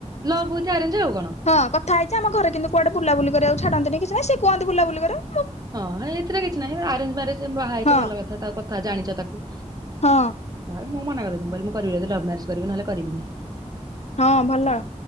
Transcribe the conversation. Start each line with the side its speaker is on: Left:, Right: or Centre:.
Right: ଲଭ ଉଇଥି ଆରେଞ୍ଜ ଆଉ କଣ।
Left: ହଁ କଥା ହେଉଚି ଆମ ଘରେ କିନ୍ତୁ କୁଆଡେ ବୁଲା ବୁଲି କରିବାକୁ ଛାଡନ୍ତିନି କି ସେ କୁହନ୍ତି ବୁଲା ବୁଲି କରେ।
Right: ହଁ ଏଇଥିରେ କିଛି ନାହିଁ ଆରେଞ୍ଜ୍ ମେରେଞ୍ଜ ବାହା ହେଇଚ
Left: ହଁ
Right: ଭଲ କଥା ତା କଥା ଜାଣିଚ ତାକୁ।
Left: ହଁ
Right: ଘରେ ମୁଁ ମନା କରିଚି ମୁଁ କହିଲି କରିବି ଯଦି ଲଭ ମ୍ୟାରେଜ କରିବି ନହେଲେ କରିବିନି।
Left: ହଁ ଭଲ।